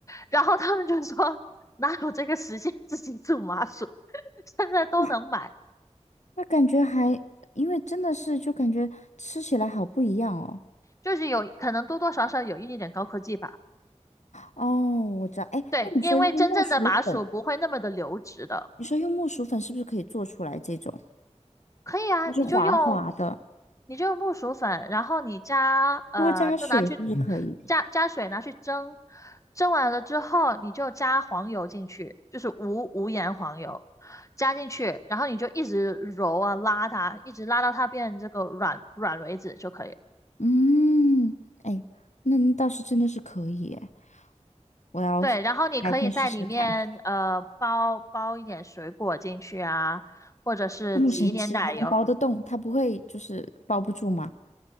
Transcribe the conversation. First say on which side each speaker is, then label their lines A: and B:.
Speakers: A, on the left; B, on the left.
A: 然后他们就说哪有这个时间自己煮麻薯，<laughs> 现在都能买，
B: 哇，那感觉还，因为真的是就感觉吃起来好不一样哦。
A: 就是有可能多多少少有一点点高科技吧。
B: 哦，我知道，哎，
A: 对，
B: 那你说用木薯粉，
A: 因为真正的麻薯不会那么的流质的。
B: 你说用木薯粉是不是可以做出来这种？
A: 可以啊，
B: 就是滑滑的，
A: 你就用你就用木薯粉，然后你加呃，
B: 多加水是不是嗯可以的？
A: 就拿去加加水拿去蒸，蒸完了之后你就加黄油进去，就是无无盐黄油加进去，然后你就一直揉啊拉它，一直拉到它变这个软软为止就可以了
B: 嗯，哎，那倒是真的是可以哎，我要
A: 对，然后你可以在里面呃包包一点水果进去啊，
B: 白天试试看。
A: 或者是挤一点奶油。
B: 这么神奇还能包得动？它不会就是包不住吗？